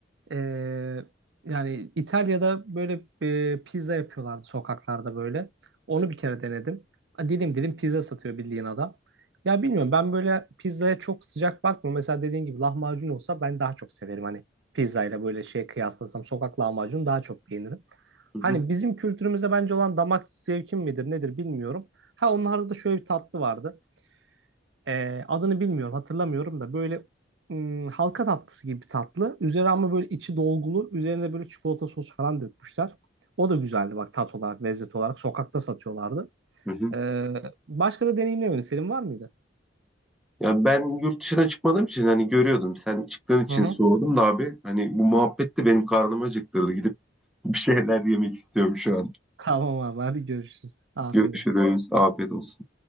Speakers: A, on the right; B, in the centre.
A: Ee, yani İtalya'da böyle e, pizza yapıyorlardı sokaklarda böyle. Onu bir kere denedim. A, Dilim dilim pizza satıyor bildiğin adam. Ya bilmiyorum ben böyle pizzaya çok sıcak bakmıyorum. Mesela dediğin gibi lahmacun olsa ben daha çok severim. Hani pizzayla böyle şey kıyaslasam sokak lahmacun daha çok beğenirim.
B: Hı
A: Hani
B: hı,
A: bizim kültürümüzde bence olan damak zevkim midir nedir bilmiyorum. Ha onlarda da şöyle bir tatlı vardı. Ee, adını bilmiyorum, hatırlamıyorum da böyle ım, halka tatlısı gibi bir tatlı. Üzeri ama böyle içi dolgulu, üzerine böyle çikolata sosu falan dökmüşler. O da güzeldi bak tat olarak, lezzet olarak. Sokakta satıyorlardı.
B: hı hı.
A: Ee, başka da deneyimlemedim. Senin var mıydı?
B: Ya ben yurt dışına çıkmadığım için hani görüyordum. Sen çıktığın için
A: Hı hı.
B: sordum da abi. Hani bu muhabbet de benim karnımı acıktırdı. Gidip bir şeyler yemek istiyorum şu an.
A: <laughs> Tamam abi, hadi görüşürüz. Afiyet
B: Görüşürüz.
A: olsun.
B: Afiyet olsun.